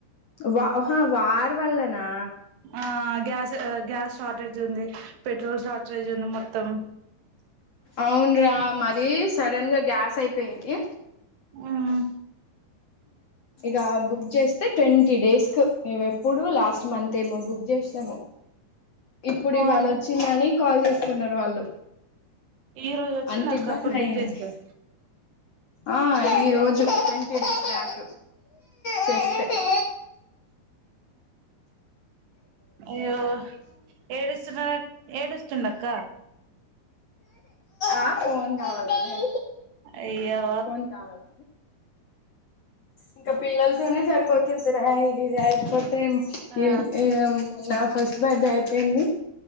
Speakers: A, on the left; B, on the right.
A: వా ఆహా వార్ వల్లనా
B: ఆ అన్ గ్యాస్ ఆ గ్యాస్ షార్టేజ్ ఉంది పెట్రోల్ షార్టేజ్ ఉంది మొత్తం
A: అవున్రా మది సడన్ గా గ్యాస్ అయిపోయింది
B: ఉమ్మ్మ్
A: ఇగ బుక్ చేస్ తే ట్వంటీ డేస్ కు మేము ఎప్పుడు లాస్ట్ మంత్ ఏమో బుక్ చేసినామో ఇప్పుడు
B: అవును
A: ఇవాళ వచ్చింది అని కాల్ చేస్తున్నారు వాళ్ళు
B: ఈ రోజు వచ్చింది
A: అంత
B: అక్క
A: ఇబ్బంది
B: అప్పుడు బుక్
A: అయ్యింది
B: చేస్తావు
A: ఆ ఈరోజు ట్వంటీ డేస్ బ్యాక్ చేస్తే
B: అయ్యో ఏడుస్తున్న ఏడుస్తుండ్క్క
A: ఆ ఫోన్ కావాలని
B: అయ్యో
A: ఫోన్ కావాలని ఇంకా పిల్లలతోనే సరిపోతుందిరా ఇగాచరిపోతు <unintelligible>
B: ఆ
A: నా ఫస్ట్ బర్డే ఐపోయింది